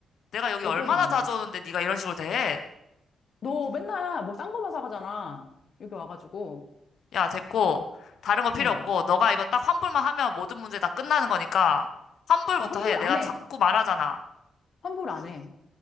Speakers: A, on the left; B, on the left.
A: 내가 여기
B: 몇
A: 얼마나
B: 번 샀는데.
A: 자주 오는데 네가 이런 식으로 대해?
B: 너 맨날 뭐 싼 거만 사가잖아. 여기 와가지고.
A: 야, 됐고, 다른 거 필요
B: 응.
A: 없고, 너가 이거 딱 환불만 하면 모든 문제 다 끝나는 거니까, 환불부터
B: 어, 환불
A: 해.
B: 안
A: 내가
B: 해.
A: 자꾸 말하잖아.
B: 환불 안 해.